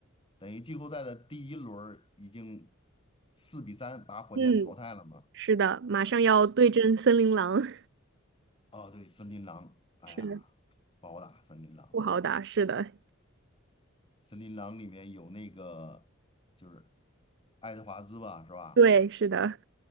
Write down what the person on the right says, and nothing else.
嗯，是的，马上要对阵森林狼，
<laughs> 是的，
不好打。是的，
对，是的，